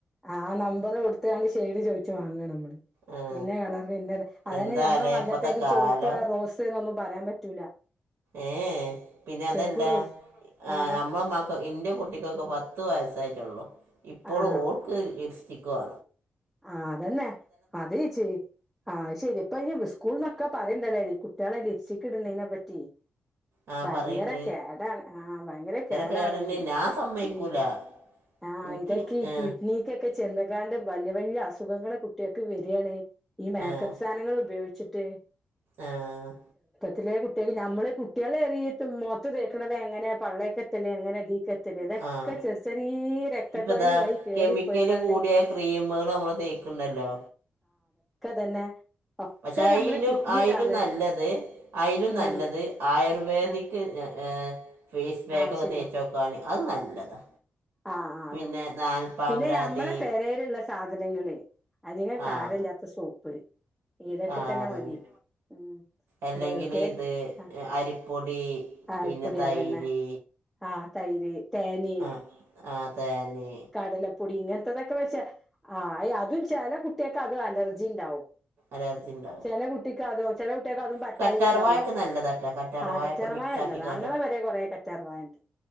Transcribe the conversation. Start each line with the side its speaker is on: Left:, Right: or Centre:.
Centre: ആ നമ്പറ് കൊടുത്താണ്ട് ഷേഡ് ചോദിച്ചു വാങ്ങവാണ് നമ്മള്.
Right: ആ
Centre: ഇന്ന കളർന് ഇന്ന അതന്നെ
Right: എന്താലേ
Centre: മ്മടെ പണ്ട
Right: ഇപ്പത്തെ കാലം
Centre: ചുവപ്പ്, റോസ് <unintelligible> പറയാൻ പറ്റൂല.
Right: ഏഹ് പിന്നെ അതല്ലാ
Centre: ചുവപ്പ് റോസ്
Right: ആഹ്
Centre: ആ
Right: നമ്മളളെ മക്ക ഇനി എന്റെ കുട്ടിക്കൊക്കെ പത്ത് വയസ്സായിട്ടുള്ളു. ഇപ്പോളും
Centre: ആ
Right: ഓൾക്ക് ലിപ് ക്കുവാ
Centre: ആഹ് അതന്നെ അതേച്ചി അയ്ശരിയാ ഇപ്പ ഈ സ്കൂൾന്നൊക്ക പറയിണ്ടല്ലോ അയിന് ഈ കുട്ടികളെ ലിപ്സിക്ക് ഇടുന്നതിനെ പറ്റി.
Right: ആ
Centre: ഭയങ്കര
Right: പറയണ്ട്
Centre: കേടാണ് ആഹ് ഭയങ്കര കേടാണ്
Right: കേടന്നെ ഞാൻ സമ്മതിക്കൂല
Centre: ഉം ആഹ്
Right: എനിക്ക്
Centre: ഇതൊക്കെ
Right: ആ
Centre: കിഡ്നക്കൊക്കെ ചെന്നി ക്കാണ്ട് ബല്ല്യ വല്ല്യ ല്ല്യ അസുഖങ്ങള് കുട്ട്യാക്ക് വരാണ് ഈ മേക്കപ്പ്
Right: ആ
Centre: സാധനൾ ഉപയോഗിച്ചി ട്ട്
Right: ആഹ്
Centre: ത്തിലേ കുട്ട്യാക്ക് നമ്മള് കുട്ടികളെ എറിയിട്ട് മൊകത്ത് തേക്ക്ണത് എങ്ങനെ പള്ളേക്കെത്തലെങ്ങനെ ഇതീ ക്കെത്തല് ഇതൊക്കെ
Right: ആഹ്
Centre: ചെറി ചെറീ രക്തക്കൊയല്
Right: ഇപ്പതാ
Centre: വഴി കേറിപ്പോയിക്കാണ്ട്
Right: കെമിക്കല് കൂടിയ ക്രീമുകൾ നമ്മള് തേക്ക്ണ്ടല്ലോ
Centre: തന്നെ ഒക്കെ
Right: പക്ഷേ അയിലും
Centre: നമ്മളെ കിഡ്നി
Right: അയിലും
Centre: ഡാമേ
Right: നല്ലത് അയിലും
Centre: ഉം
Right: നല്ലത് ആയർവേദിക്
Centre: ആഹ്
Right: ഏഹ് ഫേസ് പാക്ക്
Centre: അത്
Right: ഒക്കെ
Centre: ശരിയാ
Right: തേചോക്കാന് അത് നല്ലതാ
Centre: ആ ആ
Right: പിന്നെ
Centre: അതന്നെ
Right: നാൽപ്പാമ്പ്രാതി
Centre: പിന്നെ നമ്മളെ പെരേല്ള്ള സാധനങ്ങള് അധികം
Right: ആഹ്
Centre: കാരല്ലാത്ത സോപ്പ് ഇതൊക്കെ
Right: ആഹ്
Centre: തന്നെ
Right: അതന്നെ
Centre: മതി ഉം
Right: അല്ലെങ്കില്
Centre: വെറുതെ
Right: ഇത്
Centre: ആഹ്
Right: അരിപ്പൊടി
Centre: ആരിപ്പൊടി
Right: പിന്നെ തൈര്
Centre: അതന്നെ ആഹ് തൈര് തേന്,
Right: ആഹ് ആഹ് തേന് പിന്നെ
Centre: കടലപ്പൊടി ഇങ്ങനത്തതൊക്കെ വെച്ചാ ആഹ് അയ് അ തും ചെല കുട്ട്യക്ക് അതും അലർജി ഇണ്ടാവും
Right: അലർജി ഉണ്ടാവും
Centre: ചെല കുട്ടിക്കാതോ ചെല കുട്ട്യക്ക് അതും
Right: കുട്ടികൾക്ക്
Centre: പറ്റായിക
Right: കറ്റാർവാഴൊക്കെ
Centre: ഇണ്ടാവൂലേ
Right: നല്ലതാട്ടോ കറ്റാർവാഴൊക്കെ
Centre: ആഹ് കറ്റാർവാഴല്ല
Right: മിക്സ് ആക്കിക്കാണ്ട്
Centre: ഞങ്ങളെ പെരേ കൊറേ കറ്റാർവാഴണ്ട്